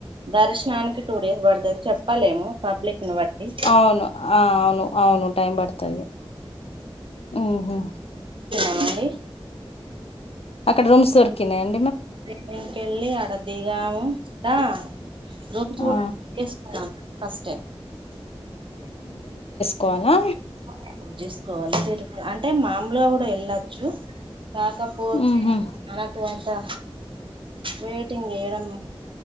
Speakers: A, on the right; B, on the left.
A: దర్శనానికి టూ డేస్ పడుతది చెప్పలేము పబ్లిక్ ని బట్టి
B: అవును ఆ అవును అవును టైమ్ పడుతది ఉహు
A: ఆండీ
B: అక్కడ రూమ్స్ దొరికినాయిం
A: దేవునికెళ్ళి అడ దిగాముా దా రూమ్ చూడ
B: ఆ
A: బుక్ చేసుకున్నాం ఫస్టే
B: కోలా
A: ముందే బుక్ చేసుకోవాలి తిరుమల అంటే మామలుగా కూడా వెళ్ళచ్చు. కాకా పోతే
B: ఉహు
A: మనకు డ వెయిటింగ్ ఏయడం